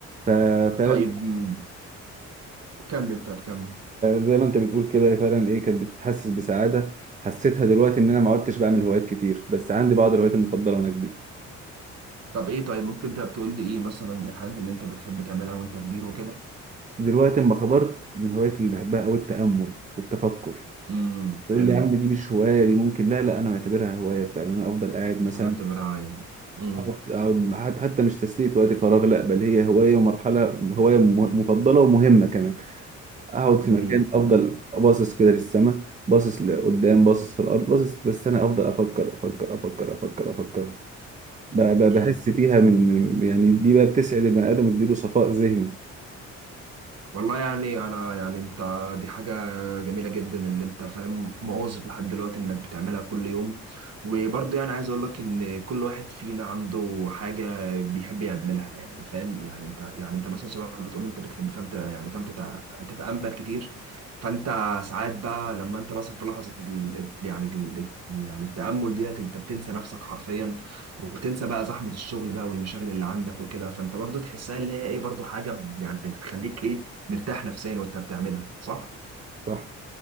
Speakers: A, on the right; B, on the right.
A: ففعلا
B: طيب مم. كمل طيب كمل
A: زي ما انت بتقول كده فعلا ايه كانت بتحسس بسعاده حسيتها دلوقتي ان انا ما عدتش بعمل هوايات كتير بس عندي بعض الهوايات المفضله وانا كبير
B: طب ايه طيب ممكن انت بتقول لي ايه مثلا الحاجات اللي انت بتحب تعملها وانت كبير وكده
A: دلوقتي اما كبرت من الهوايات اللي بحبها قوي التامل والتفكر
B: امم
A: تقول
B: حلو
A: لي يا عم دي مش هوايه دي ممكن لا لا انا معتبرها هوايه فعلا انا افضل قاعد مثلا
B: انت معتبرها يعني امم
A: أقعد أقعد حت- حتى مش تسلية وقت فراغ لا بل هي هواية ومرحلة هواية م- مفضلة ومهمة كمان أقعد في
B: جميل
A: مكان أفضل باصص كده للسماء باصص لقدام باصص في الأرض باصص بس أنا أفضل أفكر أفكر أفكر أفكر أفكر ب- ب-
B: إمم.
A: بحس فيها من من- يعني دي بقى بتسعد البني آدم وتديله صفاء ذهني
B: والله يعني انا يعني انت دي حاجة جميلة جدا اللي انت فاهم مواظب لحد دلوقتي انك بتعملها كل يوم وبرضه يعني عايز اقول لك ان كل واحد فينا عنده حاجة بيحب يعملها يعني فاهم يعني انت يعني انت مثلا شباب بتقول انت بتحب فاهم تت- يعني فاهم تتع- تتأمل كتير فانت ساعات بقى لما انت مثلا في لحظة ال- ال- يعني ال- يعني التأمل ديت انت بتنسى نفسك حرفيا وبتنسى بقى زحمة الشغل بقى والمشاغل اللي عندك وكده فانت برضو تحسها اللي هي ايه برضو حاجة يعني بتخليك ايه مرتاح نفسيا وانت بتعملها صح؟
A: صح